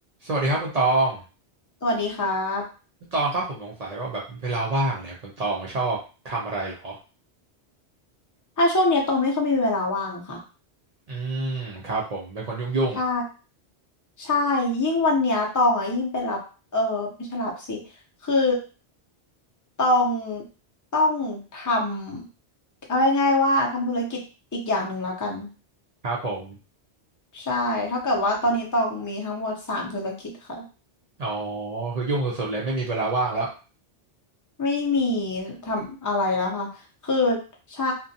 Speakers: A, on the right; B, on the left.
A: สวัสดีครับคุณตอง
B: สวัสดีครับ
A: คุณตองครับผมสงสัยว่าแบบเวลาว่างเนี่ยคุณตองชอบทำอะไรเหรอ
B: ถ้าช่วงเนี้ยตองไม่ค่อยมีเวลาว่างค่ะ
A: อืมครับผมเป็นคนยุ่งยุ่ง
B: ใช่ ใช่ ยิ่งวันเนี้ยตองอ่ะยิ่งไปรับ เออไม่ใช่รับสิ คือตองต้องทำ เอาง่ายๆว่าทำธุรกิจอีกอย่างหนึ่งแล้วกัน
A: ครับผม
B: ใช่ เท่ากับว่าตอนนี้ตองมีทั้งหมดสามธุรกิจค่ะ
A: อ๋อคือยุ่งสุดๆเลยไม่มีเวลาว่างแล้ว
B: ไม่มีทำอะไรแล้วค่ะคือใช่